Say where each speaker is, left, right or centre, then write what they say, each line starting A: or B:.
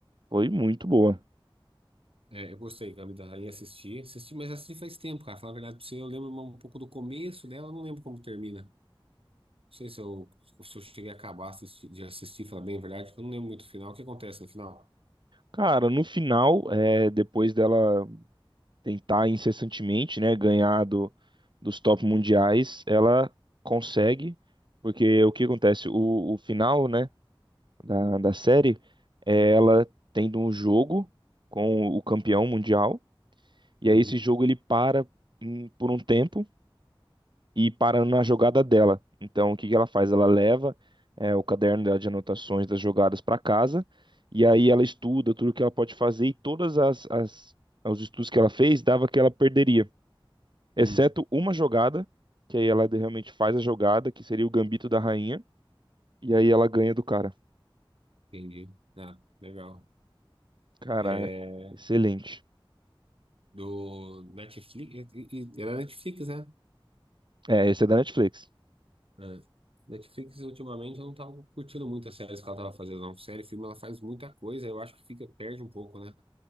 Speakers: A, on the right; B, on the right.
A: foi muito boa.
B: É, eu gostei, Gabi da Rainha, assisti, assisti, mas assisti faz tempo, cara. Falar a verdade pra você, eu lembro um pouco do começo dela, eu não lembro como termina. Não sei se eu, se eu cheguei a acabar assisti- de assistir, falar bem a verdade, porque eu não lembro muito o final. O que acontece no final?
A: Cara, no final, é, depois dela. tentar incessantemente, né, ganhar do, dos top mundiais, ela consegue, porque o que acontece? O, o final, né, da,
B: Hum,
A: da série é ela tendo um jogo com o campeão mundial, e
B: uhum,
A: aí esse jogo ele para em- por um tempo e para na jogada dela. Então, o que que ela faz? Ela leva é, o caderno dela de anotações das jogadas para casa, e aí ela estuda tudo que ela pode fazer e todas as, as os estudos que ela fez dava que ela perderia
B: hum,
A: exceto uma jogada, que aí ela realmente faz a jogada, que seria o gambito da rainha, e aí ela ganha do cara.
B: entendi. Ah, legal.
A: Cara,
B: É,
A: é excelente.
B: do Netflix, e- e- e- era Netflix, né?
A: É, esse é da Netflix.
B: É. Netflix, ultimamente, eu não tava curtindo muito as séries que ela tava fazendo, não. Série, filme, ela faz muita coisa, eu acho que fica, perde um pouco, né?